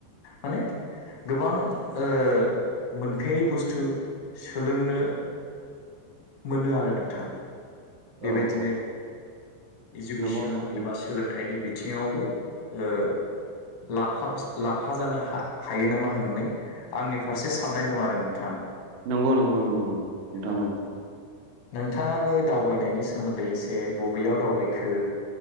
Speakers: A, on the left; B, on the right.
A: माने गोबां ओ मोनफेरै बुस्थु सोलोंनो मोनो आरो नोंथां।
B: औ
A: बेबायदिनो
B: औ
A: इजुकेसन
B: नंगौ नोंथां
A: एबा सोलोंथाइनि बिथिङावबो ओ लाफाफ लाफा जानो हायो नामा होननानै आंनि फारसे साननाय दं आरो नोंथां।
B: नंगौ नंगौ नंगौं ओं नोंथां
A: औ
B: नंगौ।
A: नोंथाङाबो दावबायनायनि सोमोन्दै एसे बबेयाव दावबायखो